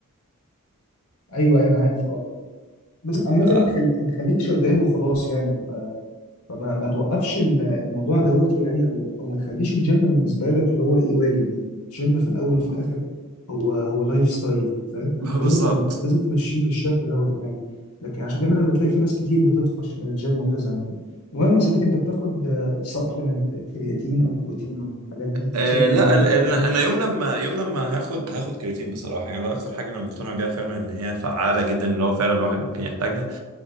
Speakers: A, on the left; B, on the right.
A: ايوه ايوه انا عارف اه بس عامة
B: ف...
A: انت خل... انت خليك شغال وخلاص يعني فما ما توقفش ال- الموضوع دوت يعني او او ما تخليش الجيم بالنسبه لك اللي هو ايه واجب يعني الجيم في الاول وفي الاخر هو هو لايف ستايل فاهم فانت
B: بالظبط
A: لازم تم... لازم تمشيه بالشكل دوت يعني لكن عشان كده لما تلاقي في ناس كتير بتطفش من الجيم وبتزهق منه المهم يا صديقي انت بتاخد سبلمنت كرياتين او بروتين او الحاجات دي
B: أه
A: او سيترولين
B: لا ال-
A: بتاخدها
B: ال- انا يوم لما يوم لما هاخد هاخد كرياتين بصراحه يعني ده اكتر حاجه انا مقتنع بيها فعلا ان هي فعاله جدا اللي هو فعلا الواحد ممكن يحتاجها